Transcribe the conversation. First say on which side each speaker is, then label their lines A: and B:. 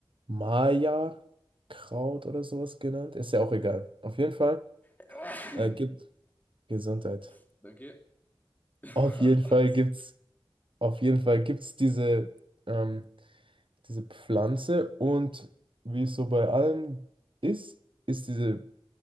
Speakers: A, on the right; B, on the left.
A: Maya-Kraut oder sowas genannt. Ist ja auch egal. Auf jeden Fall
B: <clears throat>
A: äh, gibt Gesundheit.
B: <coughs> Danke. <laughs> Was?
A: Auf jeden Fall gibt's, auf jeden Fall gibt's diese, ähm, diese Pflanze und wie es so bei allem ist, ist diese